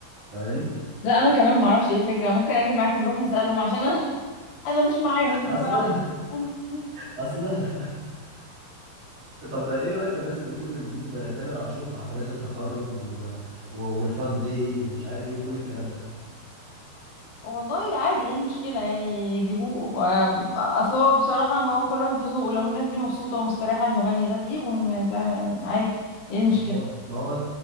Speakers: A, on the right; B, on the left.
A: فاهماني
B: لا انا كمان ما اعرفش ايه الفكرة ممكن اجي معاكم نروح نسألهم عشان انا <laughs> انا مش معاهم
A: <laughs> اصلا
B: بصراحة <laughs>
A: اصلا <laughs> طب ايه رايك في الناس اللي بتقول نجيب تامر عاشور في حفلات التخرج و... و... والفان دي ومش عارف ايه وكل الكلام ده
B: والله عادي ايه المشكلة يعني جيبوه آم، اصل هو بصراحة ما هو كل واحد وذوقه لو الناس دي مبسوطة ومستريحة المغني ده تجيبه يعني تع- عادي ايه المشكلة
A: ما هو ما هو